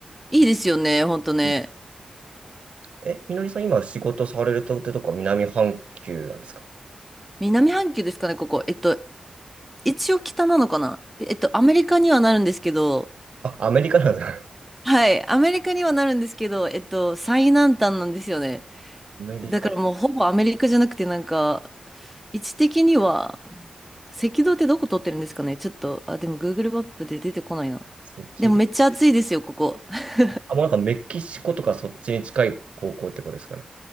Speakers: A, in the centre; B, on the right (about 75°).
A: いいですよね、ほんとね。
B: うんえ、みのりさん、今仕事されるとってとこは南半球なんですか
A: 南半球ですかね、ここ。えっと、一応北なのかなええっと、アメリカにはなるんですけど、
B: あ、アメリカなんですか
A: はい、アメリカにはなるんですけど、えっと、最南端なんですよね。
B: アメリカ、
A: だからもうほぼアメリカじゃなくてなんか、
B: 赤
A: 位置的には、赤道ってどこ通ってるんですかねちょっと、あ、でも Google マップで出てこないな。
B: 道。
A: でもめっちゃ暑いですよ、ここ。<laughs>
B: あ、もうなんかメキシコとかそっちに近い高校ってことですかね。